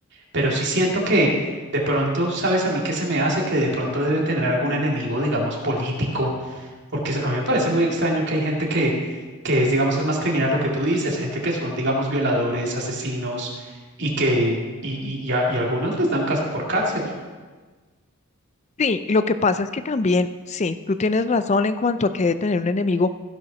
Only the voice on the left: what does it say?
Ujú.
Sí, lo que pasa es que también, sí, tú tienes razón en cuanto a que debe tener un enemigo,